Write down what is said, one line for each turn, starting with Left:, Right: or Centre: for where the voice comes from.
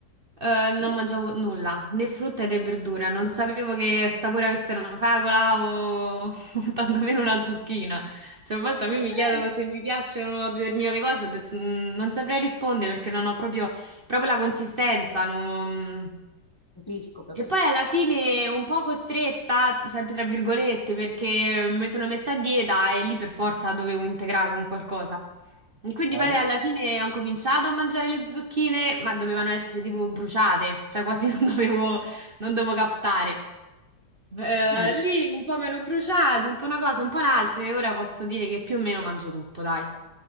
Right: eh,
Left: preferi?
Right: non mangiavo nulla, né frutta né verdura. Non sapevo che sapore avesse una fragola o <laughs> tantomeno una zucchina. Cioè, a volte a me
Left: Okay,
Right: mi chiedono se mi piacciono determinate cose, ho detto, "Mm, non saprei rispondere perché non ho proprio, proprio la consistenza. non-
Left: capisco, capis
Right: e poi alla fine un po' costretta, sempre tra virgolette, perché mi sono messa a dieta e lì per forza dovevo integrare con qualcosa. E quindi
Left: bene.
Right: poi alla fine ho cominciato a mangiare le zucchine, ma dovevano essere tipo bruciate, cioè quasi <laughs> non dovevo, non dovevo captare. Eh,
Left: Mh.
Right: lì un po' meno bruciato, un po' una cosa, un po' un'altra, e ora posso dire che più o meno mangio tutto, dai.